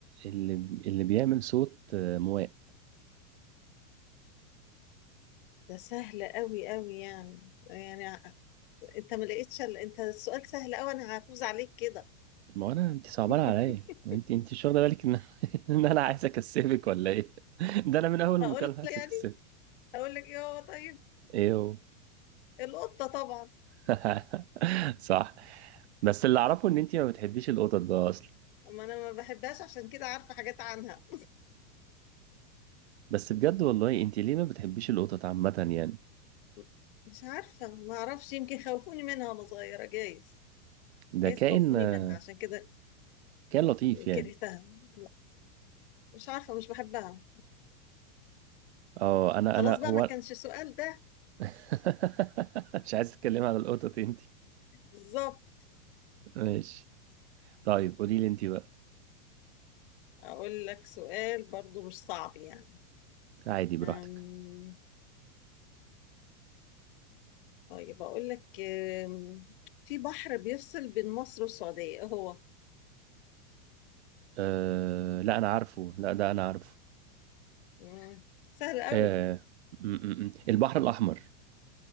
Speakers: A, on the right (about 65°); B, on the left (about 45°).
A: اللي اللي بيعمل صوت آه، مواء
B: ده سهل قوي قوي يعني يعني ع- أنت ما لقيتش ال... أنت السؤال سهل قوي أنا هفوز عليك كده
A: ما انا انت صعبانه
B: <laughs>
A: عليا ما انت انت مش واخده بالك ان <laughs> ان انا عايز اكسبك ولا ايه ده انا من اول
B: هقول
A: المكالمه
B: لك
A: عايز
B: يعني
A: اكسبك
B: هقول لك إيه هو طيب
A: ايه هو
B: القطة طبعا
A: <laughs> صح بس اللي اعرفه ان انت ما بتحبيش القطط بقى اصلا
B: <laughs> ما أنا ما بحبهاش عشان كده عارفة حاجات عنها
A: بس بجد والله انت ليه ما بتحبيش القطط عامه يعني
B: <laughs> مش عارفة ما أعرفش يمكن خوفوني منها وأنا صغيرة جايز
A: ده
B: جايز
A: كائن
B: خوفوني
A: آه،
B: منها عشان كده
A: كائن لطيف يعني
B: كرهتها لا مش عارفة مش بحبها
A: اه انا
B: خلاص
A: انا
B: بقى
A: هو
B: ما كانش السؤال ده
A: <laughs> مش عايز اتكلم عن القطط انت
B: بالظبط
A: ماشي طيب قولي لي انت بقى
B: أقول لك سؤال برضو مش صعب يعني
A: عادي براحتك
B: أم... طيب أقول لك أم... في بحر بيفصل بين مصر والسعودية إيه هو
A: أه لا انا عارفه لا ده انا عارفه
B: مم، سهل قوي
A: أه م -م -م. البحر الاحمر